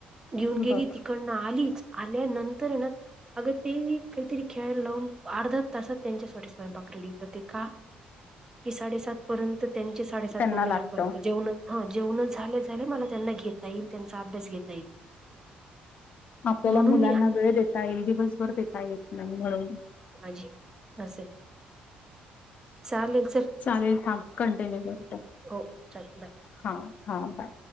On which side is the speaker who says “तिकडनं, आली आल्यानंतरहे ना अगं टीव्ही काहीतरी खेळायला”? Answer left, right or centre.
Right